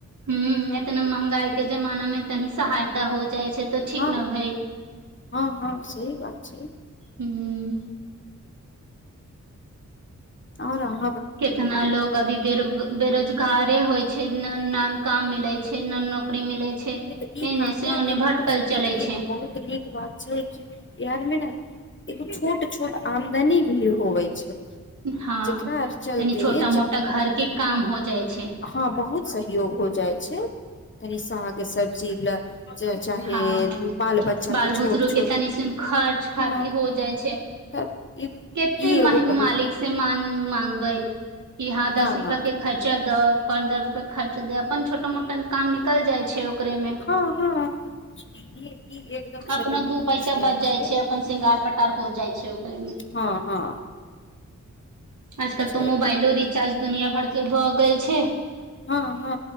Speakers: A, on the right; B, on the left.
A: ह एतना महंगाई के जमाना मे तनी सहायता हो जाइ छै तऽ ठीक
B: हँ
A: ने भई
B: हँ हँ सह बात छै
A: हूँ
B: आओर आहा
A: कितना लोग अभी बेरो बेरोजगारे होइ छै न काम मिले छै न नौकरी मिले छै
B: नहि त ई
A: एने
B: कार्य
A: से ओने
B: के
A: भटकल
B: काज जेना
A: चलै
B: एगो
A: छै
B: बहुत नीक बात छै कि बिार मे ने एगो छोट छोट आमदनी भी होवे छै
A: हँ
B: जेकरा आर चलते
A: तनी छोटा
B: जे
A: मोटा घरके काम हो जाइ छै
B: हँ बहुत सहयोग हो जाइ छै तनी स सब्जी ल चाहे
A: हँ हँ
B: बाल बच्चा
A: बालबुदरू
B: के छोट छोट
A: के त नि सुन खर्च खाति
B: हँ
A: हो जाइ छै
B: तब ई
A: कते
B: ई एगो बहुत
A: मालिक से मान माग बइ कि हँं दस
B: न
A: रुपआ
B: न
A: के खर्चा द पन्द्रह रुपआ के खर्चा दे अपन छोट मोटा काम निकल जाय छै ओकरे मे
B: हँ हँ ई ई एकदम
A: अपनो
B: सही
A: दू
B: कहै
A: पैसा
B: छियै
A: बच
B: अहाँके
A: जाइ छै अपन श्रृंगार पटार हो जाइ छै ओकरे मे
B: हँ हँ
A: आजकल
B: चलू
A: तऽ मोबाइलो रिचार्ज दुनिया भर के भऽ गेल छै
B: हँ हँ